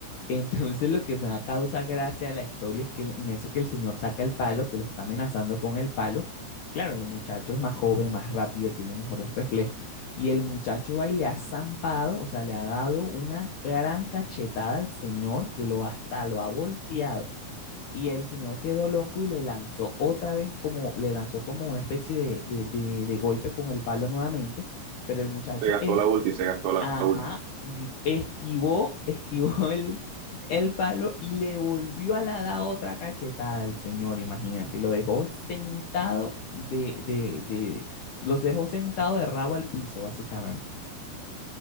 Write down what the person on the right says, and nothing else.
se gastó
la ulti, se gastó la
ulti.